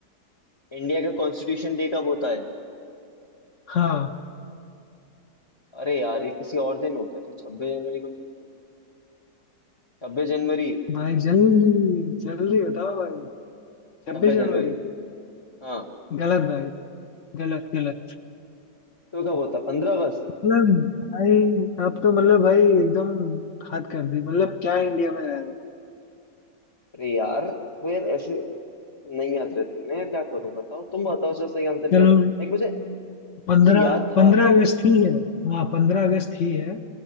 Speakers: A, on the left; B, on the left.
A: इंडिया का कॉन्स्टिट्यूशन डे कब होता है
B: हाँ
A: अरे यार ये किसी और दिन होता है छब्बीस जनवरी को तो होता नहीं छब्बीस जनवरी
B: भाई जल्दी जल्दी बताओ भाई छब्बीस
A: छब्बीस जनवरी
B: जनवरी
A: हाँ
B: गलत भाई गलत गलत
A: तो कब होता है पंद्रह अगस्त
B: मतलब भाई आप तो मतलब भाई एकदम हद कर दी मतलब क्या इंडिया में रह रहे हो
A: अरे यार वो यार ऐसे नहीं याद रहती है ना यार क्या करूं बताओ तुम बताओ सर सही आंसर
B: चलो
A: क्या है देख मुझे
B: पंद्रह
A: मुझे याद था
B: पंद्रह अगस्त ही है हाँ पंद्रह अगस्त ही है